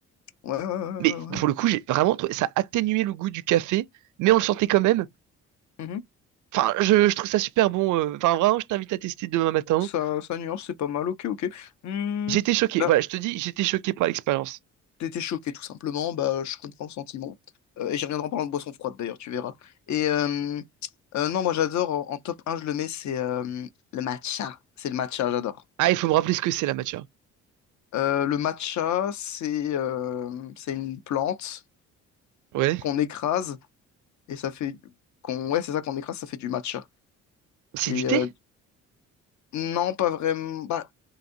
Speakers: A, on the left; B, on the right.
A: Ouais, ouais,
B: Mais
A: ouais, ouais.
B: pour le coup, j'ai vraiment trouvé ça atténuait le goût du café, mais on le sentait quand même.
A: ouais. Mhm.
B: Enfin, je, je trouve ça super bon. euh. Enfin, vraiment, je t'invite à tester demain matin.
A: Ça, ça nuance, c'est pas mal. Ok, ok. Hmm.
B: J'étais choqué.
A: Bah,
B: Voilà, je te dis, j'étais choqué par l'expérience.
A: t'étais choqué, tout simplement. Bah, je comprends le sentiment. Euh, et j'y reviendrai en parlant de boisson froide, d'ailleurs, tu verras. Et euh, euh, non, moi, j'adore. En, en top un je le mets, c'est euh, le matcha. C'est le matcha, j'adore.
B: Ah, il faut me rappeler ce que c'est la matcha.
A: Euh, le matcha, c'est euh, c'est une plante
B: Ouais.
A: qu'on écrase et ça fait qu'on ouais c'est ça qu'on écrase ça fait du matcha
B: C'est
A: et
B: du thé?
A: euh, non pas vraiment bah